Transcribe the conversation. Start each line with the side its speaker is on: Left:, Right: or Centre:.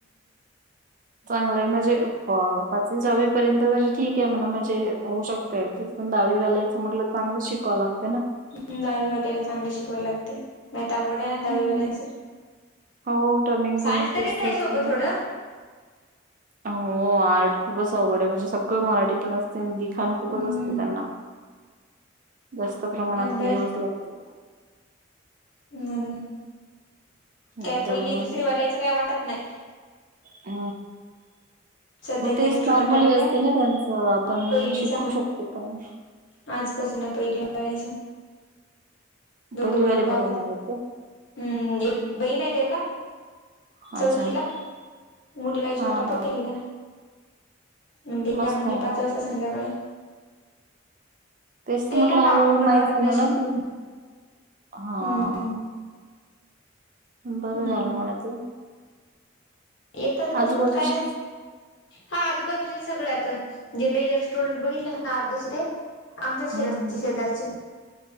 Right: चांगले म्हणजे अ प पाचवी, सहावी पर्यंत जरी ठीक आहे, म्हणा म्हणजे होऊ शकत जस पण दहावी वाल्याचं म्हटलं, चांगलं शिकवाव लागतय ना.
Left: दहावी वाटायला चांगले शिकवायला लागते. नाहीतर अवघड आहे ना दहावीवाल्यांच
Right: हम्म. हो टर्निंग
Left: सायन्स
Right: पॉइंट तेच
Left: तरी घ्याय
Right: तर असते
Left: सोपं
Right: ना
Left: थोडं
Right: हो आर्ट खूपच अवघड आहे म्हणजे सगळं मराठीतूनच दिखाण खूपच
Left: हम्म
Right: असते त्यांना जास्त प्रमाणात
Left: बर
Right: लिहावंच लागते
Left: म्हणून,
Right: नाही
Left: काय
Right: त्यामुळे
Left: पहिली, दुसरी वालायचं काय वाटत नाही,
Right: ह
Left: सध्याचा
Right: हो तेच
Left: एक स्टुडंट
Right: नॉर्मली
Left: आलेला
Right: असते
Left: आहे
Right: ना त्यांचं आपण
Left: पहिलीचा
Right: शिकू शकतो काय?
Left: आजपासून पहिली कारायच दोघ
Right: पहिलीवाले
Left: बहीण-भाऊ
Right: पण येणार आहेत
Left: हम्म बैन हाय त्याला?
Right: का
Left: चौथीला,
Right: अच्छा
Left: मुलगा आहे
Right: हा
Left: छोटा
Right: हा
Left: पहिलीला म्हणे
Right: मस्त
Left: म्हणजे
Right: आहे
Left: पाच
Right: मग
Left: वाजता संध्याकाळी.
Right: तेच तर
Left: त्याला
Right: म्हटलं हळूहळू
Left: अवघड
Right: माहित
Left: वाटत
Right: झालं
Left: नाही शिक
Right: ना, कि हा
Left: हम्म
Right: बरं
Left: म्हणून
Right: झालं म्हणा ते.
Left: येतात बसतात
Right: आजूबाजूचेच
Left: काय हा आजूबाजू हे सगळ येतात जे लेजर स्टुडंट बघितले ना आर्धेश ते आमच्या
Right: हम्म,
Left: शेज
Right: हम्म.
Left: शेजारचे